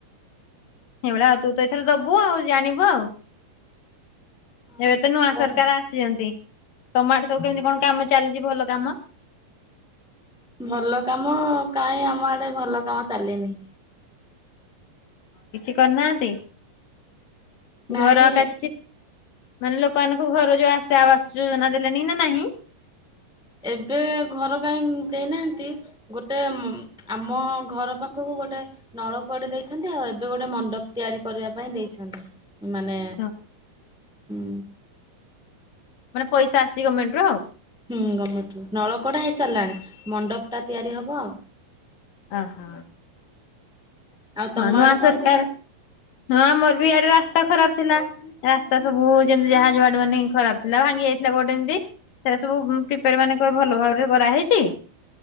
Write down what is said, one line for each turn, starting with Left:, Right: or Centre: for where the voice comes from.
Left: ଏଇଭଳିଆ ତୁ ତ ଥିରେ ଦବୁ ଆଉ ଜାଣିବ ଆଉ।
Centre: ହଁ
Left: ଏବେ
Centre: ଦେଖିବା।
Left: ତ ନୂଆ ସରକାର ଆସିଚନ୍ତି, ତମ ଆଡେ ସବୁ କେମିତି କଣ କାମ ଚାଲିଚି ଭଲ କାମ?
Centre: ଭଲ କାମ କାଇଁ ଆମ ଆଡେ ଭଲ କାମ ଚାଲିନି।
Left: କିଛି କରିନାହାନ୍ତି
Centre: ନାଇଁ
Left: ଘର ଆକା କିଛି ମାନେ ଲୋକମାନଙ୍କୁ ଘର ଯୋଉ ଆସେ ଆବାସ ଯୋଜନା ଦେଲେଣି ନା ନାହିଁ।
Centre: ଏବେ ଘର କାଇଁ ଦେଇନାହାନ୍ତି ଗୋଟେ ମ ଆମ ଘର ପାଖୁକୁ ଗୋଟେ ନଳକୂଅଟେ ଦେଇଛନ୍ତି ଆଉ ଏବେ ଗୋଟେ ମଣ୍ଡପ ତିଆରି କରିବା ପାଇଁ ଦେଇଛନ୍ତି। ମାନେ
Left: ହଁ
Centre: ଉଁ।
Left: ମାନେ ପଇସା ଆସିଚି ଗମେଣ୍ଟରୁ ଆଉ।
Centre: ହୁଁ ଗମେଣ୍ଟରୁ ନଳକୂଅଟା ହେଇସାରିଲାଣି। ହ ମଣ୍ଡପଟା ତିଆରି ହବ ଆଉ।
Left: ଆହା
Centre: ଆଉ ତମ
Left: ହଁ ନୂଆ
Centre: ଆଡେ କଣ
Left: ସରକାର।
Centre: କେମିତି
Left: ହଁ ଆମର ବି ଇଆଡେ ରାସ୍ତା ଖରାପ ଥିଲା। ରାସ୍ତା ସବୁ ଯେମିତି ଯାହା ଯୁଆଡୁ ମାନେ ଖରାପ ଥିଲା। ଭାଙ୍ଗି ଯାଇଥିଲା କୋଉଟି ଏମିତି। ସେଇଗୁରା ସବୁ ଉଁ ପ୍ରିପାର ମାନେ କହିବେ ଭଲ ଭାବରେ କରାହେଇଚି।